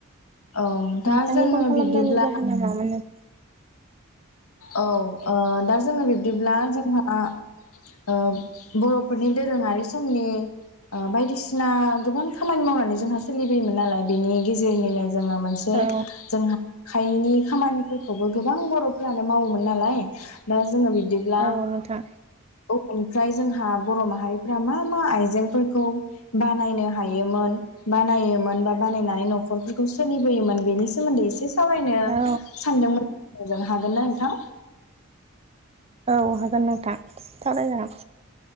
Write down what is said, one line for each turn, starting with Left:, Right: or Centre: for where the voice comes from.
Left: औ दा
Right: नोंथांनि
Left: जोङो
Right: फन खालामनायनि
Left: बिब्दिब्ला
Right: जाहोना मामोन नों
Left: औ ओ दा जोङो बिब्दिब्ला जोंहा ओ बर'फोरनि दोरोङारि समनि ओ बायदिसिना गोबां खामानि मावनानै जोंहा सोलिबोयोमोन नालाय बेनि गेजेरनिनो जोङो मोनसे
Right: नोंथां औ
Left: जोंहा आखाइनि खामानिफोरखौबो गोबां बरफोरानो मावोमोन नालाय दा ज जोङो बिदिब्ला
Right: औ नोंथां
Left: ओ बेनिफ्राय जोंहा बर' माहारिफ्रा मा मा आइजेंफोरखौ बानायनो हायोमोन बानायोमोन बा-बानायनानै नखरफोरखौ सोलिबोयोमोन बेनि सोमोन्दै एसे स सावरायनो
Right: औ
Left: सानदोंमोन मोजां होगोन नो थां
Right: औ हागोन नोंथां सावराय जागोन।